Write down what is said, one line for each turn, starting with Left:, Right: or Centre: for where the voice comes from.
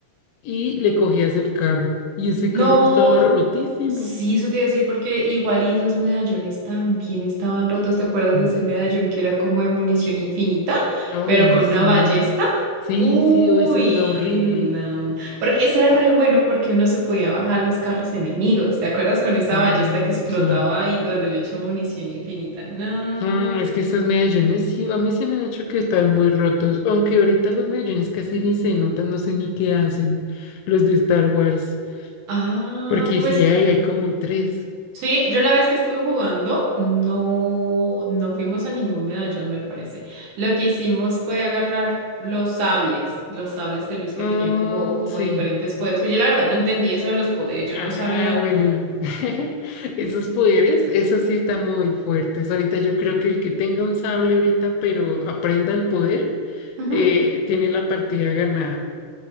Left: y le cogías el carro. Y ese
Right: No,
Left: carro estaba rotísimo.
Right: sí, eso te iba a decir porque igual y esos medallones también estaban rotos. ¿Te acuerdas
Left: Mm.
Right: de ese medallón que era como de munición infinita,
Left: Ay,
Right: pero con
Left: sí.
Right: una ballesta?
Left: Sí,
Right: Uy,
Left: sí, uy, eso era horrible.
Right: no. Porque ese era re bueno porque uno se podía bajar los carros enemigos. ¿Te acuerdas con esa
Left: Mm,
Right: ballesta que explotaba
Left: sí.
Right: y tras del hecho munición infinita? No.
Left: Ah, es que estos medallones, sí, a mí se me han hecho que están muy rotos, aunque ahorita los medallones casi ni se notan, no sé ni qué hacen, los de Star Wars,
Right: Ah,
Left: porque
Right: pues
Left: sí hay, hay como tres.
Right: Sí, yo la vez que estuve jugando, no, no fuimos a ningún medallón, me parece. Lo que hicimos fue agarrar los sables, los sables de luz que
Left: Ah,
Right: tenían como, como
Left: sí.
Right: diferentes poderes. Pues yo la verdad no entendí eso de los poderes, yo
Left: Ah,
Right: no sabía.
Left: bueno, <laughs> esos poderes, esos sí están muy fuertes. Ahorita yo creo que el que tenga un sable ahorita, pero aprenda el poder,
Right: Ujú.
Left: eh, tiene la partida ganada.